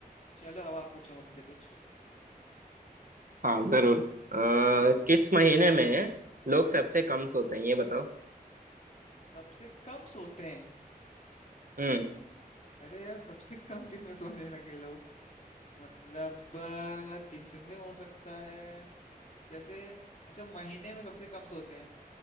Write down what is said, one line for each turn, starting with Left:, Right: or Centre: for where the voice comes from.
Left: चलो अब आप पूछो मुझसे कुछ
Right: हाँ जरूर आ, किस महीने में लोग सबसे कम सोते हैं ये बताओ
Left: सबसे कम सोते हैं
Right: हम्म
Left: अरे यार सबसे कम किसमें सोने लगे लोग मतलब अ, किसमें हो सकता है जैसे अच्छा महीने में सबसे कम सोते हैं